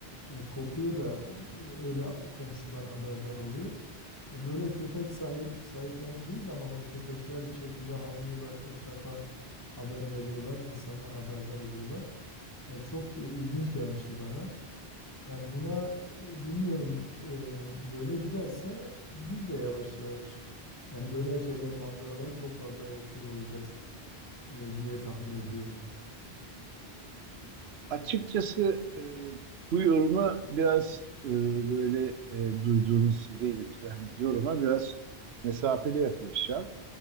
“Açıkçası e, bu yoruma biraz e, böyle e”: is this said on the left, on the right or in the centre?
Right